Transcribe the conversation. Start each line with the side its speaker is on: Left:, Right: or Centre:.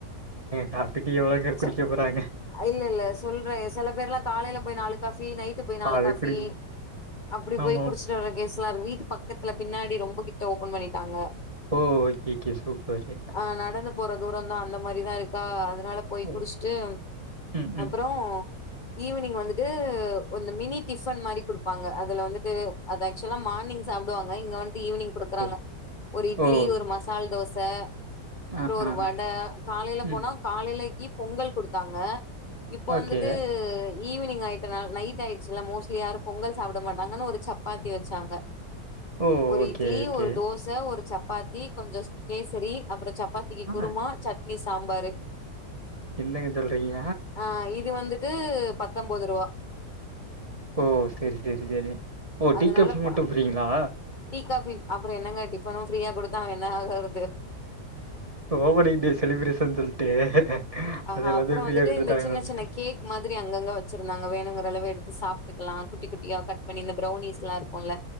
Right: காப்பி டீ எவ்ளோ பேர்
Left: அ
Right: குடிக்க போறாங்க
Left: இல்ல இல்ல சொல்ற செல பேர்லா காலைல போய் நாளுக் காஃபி நைட்டு போய் நாலு
Right: அது
Left: காஃபி
Right: குடிங்க
Left: அப்டி போய்
Right: ஆமா
Left: குடிச்சிட்டு வர்ற கேஸ் லா இருக்கு வீட்டு பக்கத்துல பின்னாடி ரொம்ப கிட்ட ஓப்பன் பண்ணிட்டாங்க
Right: ஓ ஓக்கிக்கே சூப்பர் ஏ
Left: அ நடனு போற தூரந்தா அந்த மாரிதா இருக்கா அதுனால போய்
Right: ஓ
Left: குடிஷ்ட்டு
Right: ம்
Left: அப்பறோ
Right: ம்
Left: ஈவினிங் வந்துட்டு ஒன்னு மினி டிஃபன் மாரி குடுப் பாங்க அதுல வந்துட்டு அது ஆக்ஷ்வலா மார்னிங் சாப்டுவாங்க இங்க வந்ட்டு ஈவ்னிங் குடுக்குறாங்க
Right: ஓகே
Left: ஒரு இட்லி
Right: ஓ
Left: ஒரு மசால் தோச அப்றோ
Right: ஆ
Left: ஒரு
Right: ஆ
Left: வட
Right: ஆ
Left: காலைல
Right: ம்.
Left: போனா காலைலேக்கி பொங்கல் குடுத்தாங்க இப்ப
Right: ஓகே.
Left: வந்துட்டு ஈவினிங் ஆயிட்டநாள நைட் ஆயிட்ச்சுல்ல மோஸ்ட்லி யாரு பொங்கல் சாப்புட மாட்டாங்கன்னு ஒரு சப்பாத்தி வச்சாங்க
Right: ஓ!
Left: ஒரு
Right: ஓகே,
Left: இட்லி
Right: ஓகே.
Left: ஒரு தோஸ் த ஒரு சப்பாத்தி கொஞ்சோஸ் கேசரி அப்புற சப்பாத்திக்கு
Right: ஆ
Left: குருமா சட்னி சாம்பாரு
Right: என்னங்க சொல்றீங்க
Left: அ இது வந்துட்டு பத்தம்போது ருவா
Right: ஓ சேரி சேரி சேரி ஓ
Left: அதனால
Right: டீ கப்ஃபி
Left: ப
Right: மட்டு ஃப்ரீங்ளா
Left: டீ காஃபி அப்புற என்னங்க டிஃபனு ஃப்ரீயா குடுத்தா அவ என்ன ஆகறது
Right: ஓபனிங் டே செலிப்ரேஷன் சொல்ட்டு
Left: அ
Right: அது
Left: ஹப்புற
Right: எல்லாத்தையும் ஃப்ரீயா
Left: வந்துட்டு
Right: குடுத்துட்டாங்கன்னு
Left: இந்த சின்ன
Right: நெனச்சுட்டேன்.
Left: சின்ன கே மாதுரி அங்கங்க வச்சிருந்தாங்க வேணுங்குற அளவு எடுத்து சாப்ட்டுக்லா குட்டி குட்டியா கட் பண்ணி இந்த ப்ரௌனிஸ்லா இருக்குல்ல